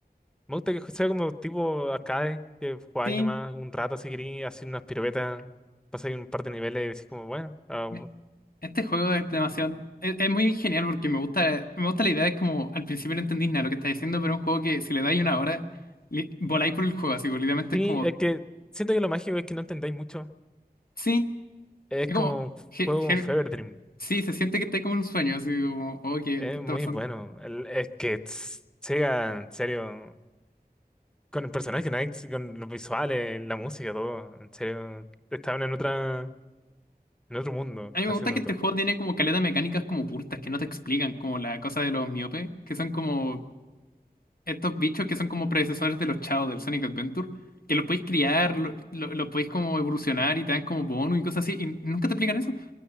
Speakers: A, in the centre; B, on the left (about 65°).
A: Me gusta que sea como tipo arcade, que jugáis
B: <laughs> sí.
A: nomás un rato si queréis, hacer unas piruetas, pasáis un par de niveles y decís como, bueno, ah,
B: me- Este juego es demasiado. Es, es muy genial porque me gusta, me gusta la idea. Es como al principio no entendís nada lo que estás diciendo, pero es un juego que si le dais una hora, li- voláis por el juego. Así, básicamente
A: Sí,
B: es como.
A: es que siento que lo mágico es que no entendáis mucho.
B: Sí,
A: Es
B: es
A: como
B: como.
A: un
B: ge-
A: juego
B: ge-
A: como Fever Dream.
B: sí, se siente que estáis como en un sueño. Así como, oh, ¿qué,
A: Es
B: qué está
A: muy
B: pasando?
A: bueno. El- es que tss, Sega, en serio, con el personaje Knights, con los visuales, la música, todo, en serio, estaban en otra, en otro mundo
B: A mí me
A: haciendo
B: gusta que este
A: todo.
B: juego tiene como caleta de mecánicas como ocultas que no te explican, como la cosa de los miopes, que son como estos bichos que son como predecesores de los chavos del Sonic Adventure, que los podéis criar, lo- lo- los podéis como evolucionar y te dan como bonus y cosas así, y nunca te explican eso.